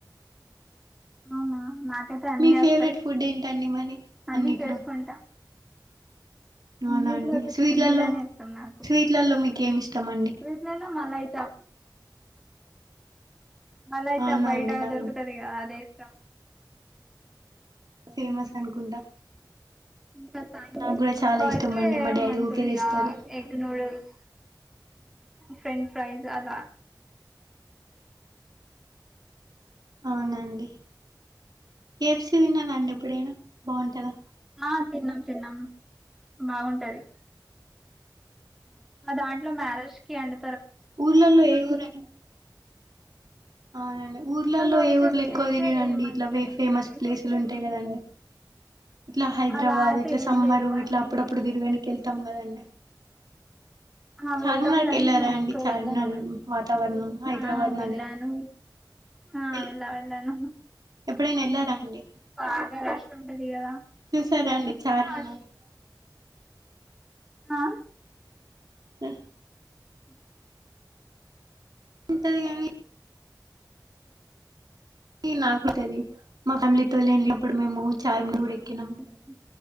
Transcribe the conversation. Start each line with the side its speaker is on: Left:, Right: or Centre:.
Centre: అవునా నాకైతే అన్ని
Right: మీ
Centre: వస్తాయి
Right: ఫేవరెట్ ఫుడ్ ఏంటండి మరి
Centre: అన్ని
Right: అన్నిట్లో
Centre: చేసుకుంటా
Right: అవునా
Centre: అన్నిట్లో
Right: అండి
Centre: అయితే
Right: స్వీట్లలో
Centre: చికెన్ బిర్యానీ ఇష్టం నాకు
Right: స్వీట్లలో మీకు ఏమి ఇష్టమండి
Centre: వీట్లలో మలైతా మళ్ళ అయితేఆబయట
Right: అవునా అండి నాకు
Centre: దొరుకుతదిగా అదే ఇష్టం
Right: ఫేమస్
Centre: ఉమ్
Right: అనుకుంటా
Centre: ఇంకా చైనైనీస్
Right: నాకు కూడా
Centre: ఫుడ్
Right: చాలా
Centre: లో
Right: ఇష్టం
Centre: అయితే
Right: అండి మా డాడీ
Centre: మంచూరియా
Right: ఊకే తెస్తారు
Centre: ఎగ్ నూడిల్స్ ఫ్రెంచ్ ఫ్రైజ్ అలా
Right: అవునండి కేయప్. సి తిన్నారండి ఎప్పుడైనా బావుంటదా
Centre: ఆ తిన్నాం తిన్నాం బాగుంటది ఆ దాంట్లో మ్యారేజ్ కి అండి
Right: ఊర్లల్లో ఏఊరం అవునండి ఊర్లలో
Centre: ఇట్లలో
Right: ఏ
Centre: అయితే
Right: ఊర్లో
Centre: వీలైతే
Right: ఎక్కువ తిరిగ రనండి
Centre: మంచిగా
Right: ఇట్లా వే
Centre: అనిపిస్తది
Right: ఫేమస్ ప్లేసులు ఉంటాయి కదండి ఇట్లా హైదరాబాద్
Centre: అలా అయితే
Right: ఇట్లా
Centre: ఏమి
Right: సమ్మరు
Centre: లేదు అన్ని
Right: ఇట్లా అప్పుడప్పుడు తిరగనికి వెళ్తాం కదండి
Centre: ఆ
Right: చార్మినార్కి
Centre: వెళ్దాం కానీ
Right: వెళ్ళారా
Centre: నేను
Right: అండి
Centre: ఎక్కడ
Right: చార్మినార్
Centre: వెళ్ళాను అంట
Right: వాతావరణం హైదరాబాద్
Centre: ఆ
Right: నగరం
Centre: వెళ్ళాను ఆా
Right: ఎల్
Centre: వెళ్ళ వెళ్లాను
Right: ఎప్పుడైనా వెళ్లారా అండి
Centre: బాగా రష్ ఉంటది కదా
Right: చూసారాండి చార్మినార్
Centre: ఆ ఆ
Right: ఆ
Centre: ఇతే
Right: తిమ్తది కానీ నాకు తెలీదు మా ఫ్యామిలీతో లేల్నీ నపుడు మేము చార్మను కూడా
Centre: ఆ
Right: ఎక్కినాము
Centre: మంచిదండి.